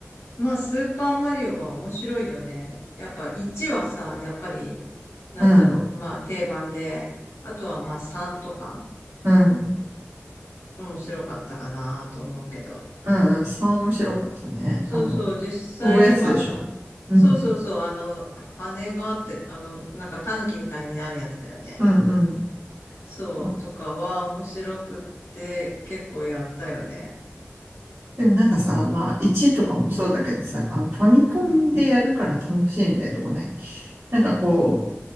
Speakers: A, on the left; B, on the right.
A: まあ、スーパーマリオは面白いよね。やっぱ1はさ、やっぱり、なんだろう、
B: うん、
A: まあ定番で、あとはまあ3とか、
B: うん、
A: 面白かったかなと思うけど。
B: うん、うん、さ面白かったね。
A: そうそう、
B: あの、
A: 実際今さ、
B: 飛ぶやつでしょ。うん、
A: そうそうそう、あの、羽があって、あの、なんか狸みたいになるやつだよね。
B: うん、うん。
A: そう、
B: まあ
A: とかは面白くって結構やったよね。
B: でもなんかさ、まあ、1とかもそうだけどさ、
A: うん。
B: やっぱあのファミコンでやるから楽しいみたいなとこない
A: うん。
B: なんかこ
A: そう。